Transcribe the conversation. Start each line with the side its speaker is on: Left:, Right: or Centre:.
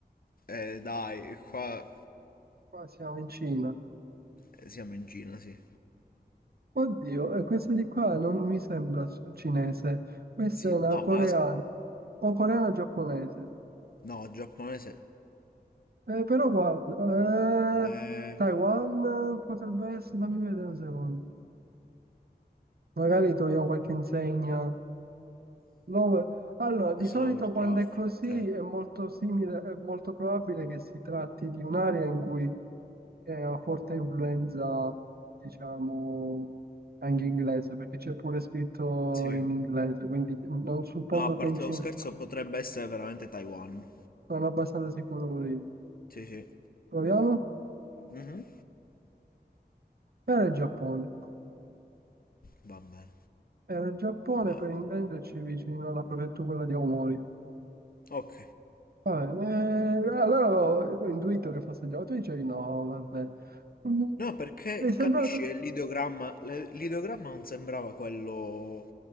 Left: Eh, dai, qua
Right: qua siamo in Cina.
Left: eh, siamo in Cina, sì.
Right: Oddio, eh, questa di qua non mi sembra s- cinese, questa
Left: Sì,
Right: è una
Left: no,
Right: coreana
Left: ma...
Right: o coreana giapponese.
Left: No, giapponese...
Right: Eh, però guarda,
Left: Eh,
Right: eh, Taiwan eh, potrebbe essere, fammi vedere un secondo. Magari troviamo qualche insegna. No, allora, di
Left: slower
Right: solito quando
Left: traffic,
Right: è così
Left: cioè...
Right: è molto simile, è molto probabile che si tratti di un'area in cui è una forte influenza, diciamo, anche inglese, perché c'è pure scritto
Left: Sì.
Right: in inglese, quindi non suppongo
Left: No, a
Right: che
Left: parte
Right: in Cina,
Left: lo scherzo, potrebbe essere veramente Taiwan.
Right: sono abbastanza sicuro pure io.
Left: Sì, sì.
Right: Proviamo?
Left: Mhm,
Right: Era il Giappone.
Left: Va bene.
Right: Era il Giappone,
Left: Va-
Right: per intenderci, vicino alla prefettura quella di Aomori.
Left: Ok.
Right: Ah, eh, allora ho, ho intuito che fosse Giacomo, tu dicevi no, vabbè. Mm,
Left: No, perché,
Right: Mi è sembrato...
Left: capisci, è l'ideogramma... le- L'ideogramma non sembrava quello...